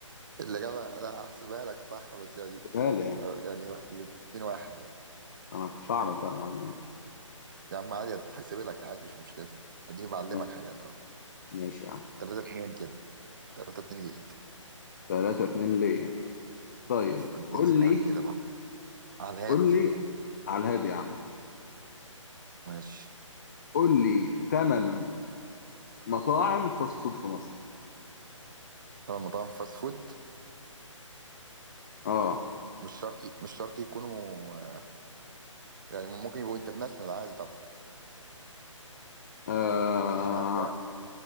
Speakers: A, on the right (about 40°); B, on the left (about 35°).
A: الإجابة لا أحسبها لك صح بس يعني
B: بالي يعني
A: يعني الاتنين واحد يعني
B: انا كنتش اعرف بقى المعلومة دي
A: يا عم عادي هتحسب لك عادي مش مشكلة اديني بعلمك
B: ما-
A: حاجات اهو
B: ماشي يا عم
A: تلاتة اتنين كده تلاتة اتنين ليك
B: تلاتة اتنين ليا طيب
A: فاديني
B: قول
A: سؤال
B: لي
A: كده بقى على الهادي
B: قول لي على الهادي يا عم
A: ماشي
B: قول لي تمن مطاعم فاست فود في مصر
A: طبعا مطاعم فاست فود
B: اه,
A: مش شرط مش شرط يكونوا يعني ممكن يبقوا انترناشونال عادي طبعا
B: آه.
A: ماشي هبدأ